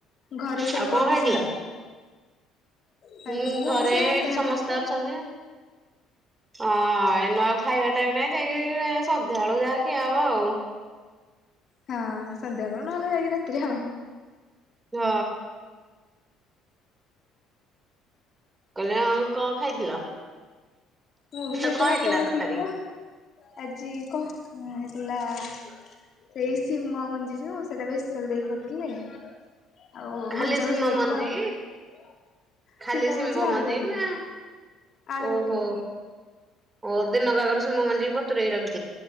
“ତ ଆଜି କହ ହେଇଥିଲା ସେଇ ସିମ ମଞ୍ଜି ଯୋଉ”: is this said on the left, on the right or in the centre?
Left